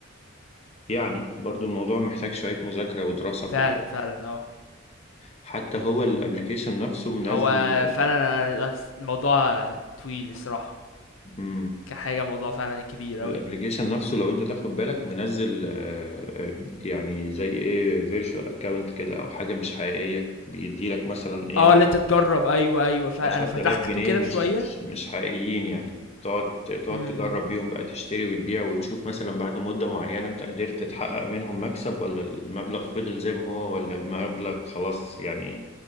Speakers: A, on the left; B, on the left.
A: يعني برضو الموضوع محتاج شويه مذاكره ودراسه
B: فعلا
A: في الاول
B: فعلا اه
A: حتى هو الابليكيشن نفسه منزل
B: هو فعلا الموضوع طويل الصراحة
A: مم.
B: كحاجة موضوع فعلا كبير
A: الابليكيشن
B: اوي
A: نفسه لو انت تاخد بالك منزل آه، آه، يعني زي ايه فيرتشوال اكاونت كده او حاجه مش حقيقيه بيدي لك مثلا ايه
B: اه اللي انت تجرب ايوه ايوه فعلا
A: 10000
B: انا فتحته
A: جنيه
B: كده
A: مش
B: شوية
A: مش مش حقيقيين يعني تقعد تقعد
B: امم
A: تجرب بيهم بقى تشتري وتبيع وتشوف مثلا بعد مده معينه انت قدرت تحقق منهم مكسب ولا المبلغ فضل زي ما هو ولا المبلغ خلاص يعني